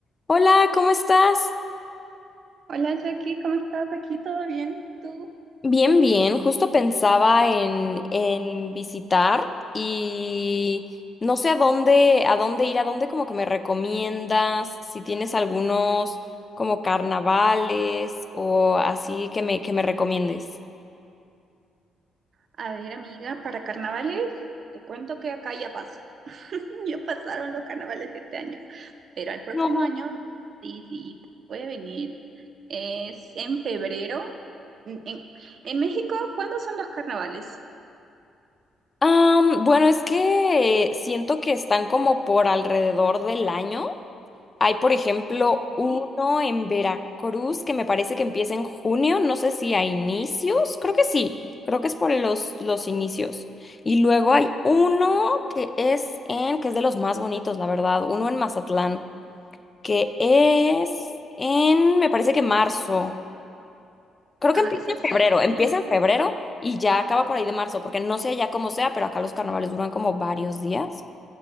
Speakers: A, on the left (about 30°); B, on the right (about 55°).
A: Hola, ¿cómo estás?
B: Hola Jackie, ¿cómo estás? ¿Aquí todo bien? ¿Tú?
A: Bien, bien. Justo pensaba en, en visitar y no sé a dónde, a dónde ir, a dónde como que me recomiendas, si tienes algunos como carnavales o así que me, que me recomiendes.
B: A ver, amiga, para carnavales, te cuento que acá ya pasó. <laughs> Ya pasaron los carnavales de este año, pero al próximo
A: No.
B: año sí, sí, puede venir. Es en febrero. En, en- en México, ¿cuándo son los carnavales?
A: Am, bueno, es que siento que están como por alrededor del año. Hay, por ejemplo, uno
B: Sí.
A: en Veracruz que me parece que empieza en junio, no sé si a inicios, creo que sí, creo que es por los, los inicios. Y luego hay uno que es en, que es de los más bonitos, la verdad, uno en Mazatlán, que es en, me parece que marzo. Creo que
B: Ah,
A: empieza
B: eso
A: en
B: sí.
A: febrero, empieza en febrero y ya acaba por ahí de marzo, porque no sé ya cómo sea, pero acá los carnavales duran como varios días